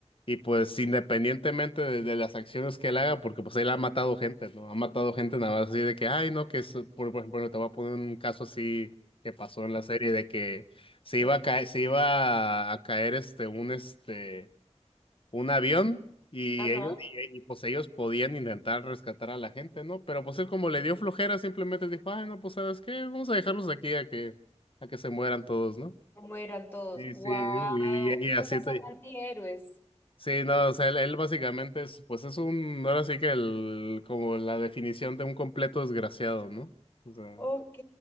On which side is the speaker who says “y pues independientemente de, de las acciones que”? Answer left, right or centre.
Left